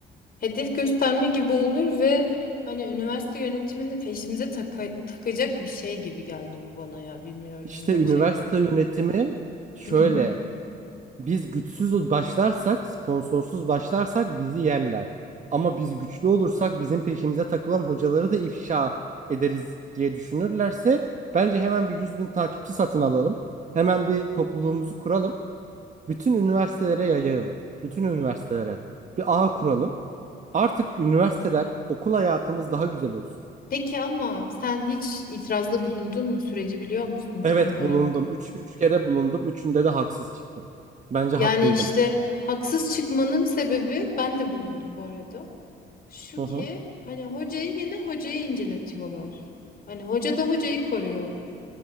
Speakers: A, on the left (about 50°); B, on the right (about 40°).
A: hedef gösterme gibi olur ve hani üniversite yönetimini peşimize taka- takacak bir şey gibi geldi bu bana ya bilmiyorum
B: İşte
A: gerçekten.
B: üniversite yönetimi şöyle.
A: <clears throat>
B: Biz güçsüz başlarsak, sponsorsuz başlarsak bizi yerler. Ama biz güçlü olursak bizim peşimize takılan hocaları da ifşa ederiz diye düşünürlerse bence hemen bir 100 bin takipçi satın alalım. Hemen bir topluluğumuzu kuralım. Bütün üniversitelere yayalım, Bütün üniversitelere bir ağ kuralım. Artık
A: Ee,
B: üniversiteler, okul hayatımız daha güzel olsun.
A: Peki ama sen hiç itirazda bulundun mu? Süreci biliyor musun
B: Evet
A: tam olarak?
B: bulundum. Üç, üç kere bulundum. Üçünde de haksız çıktım. Bence
A: Yani
B: haklıydım.
A: işte haksız çıkmanın sebebi ben de bulundum bu arada. Şu
B: Hı
A: ki
B: hı.
A: hani hocayı yine hocayı inceletiyorlar. Hani hoca da hocayı koruyor.